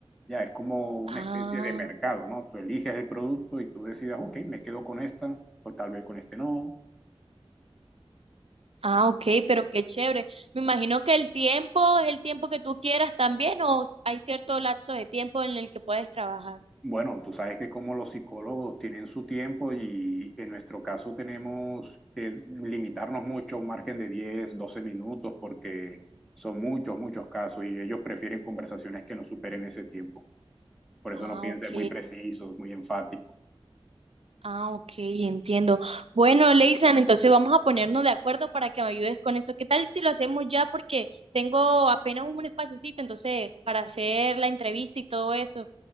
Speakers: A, in the centre; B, on the right.
A: Ya es como una
B: Ah,
A: especie de mercado, ¿no? Tú eliges el producto y tú decides, ok, me quedo con esta, o tal vez con este no,
B: ah, ok, pero qué chévere. Me imagino que el tiempo es el tiempo que tú quieras también o s- hay cierto lapso de tiempo en el que puedes trabajar.
A: Bueno, tú sabes que como los psicólogos tienen su tiempo y en nuestro caso tenemos que limitarnos mucho a un margen de 10, 12 minutos porque son muchos, muchos casos y ellos prefieren conversaciones que no superen ese tiempo. Por eso
B: Ah,
A: nos piden
B: ok.
A: ser muy precisos, muy enfáticos.
B: Ah, ok, entiendo. Bueno, Leisan, entonces vamos a ponernos de acuerdo para que me ayudes con eso. ¿Qué tal si lo hacemos ya? Porque tengo apenas un espacecito, entonces, para hacer la entrevista y todo eso.